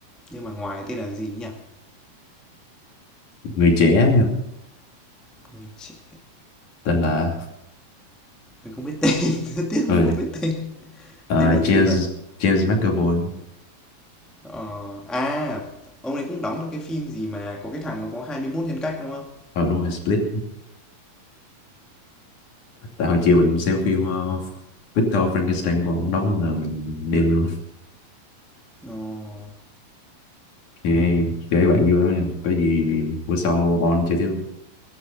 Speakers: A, in the centre; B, on the left.
A: nhưng mà ngoài tên là gì nhỉ?
B: người trẻ nha
A: Người trẻ
B: tên là
A: mình không biết tên, <laughs> rất tiếc
B: ờ,
A: mình không biết tên.
B: ờ,
A: Tên là gì
B: James
A: vậy?
B: James McAvoy
A: Ờ, à, ông ấy cũng đóng trong cái phim gì mà có cái thằng nó có 21 nhân cách đúng không?
B: ờ đúng rồi Split tại hồi chiều mình xem phim ờ, Victor Frankenstein của ông đóng là mình mình đêm luôn
A: Ồ,
B: thì chơi với bạn vui lắm nha có gì bữa sau on chơi tiếp không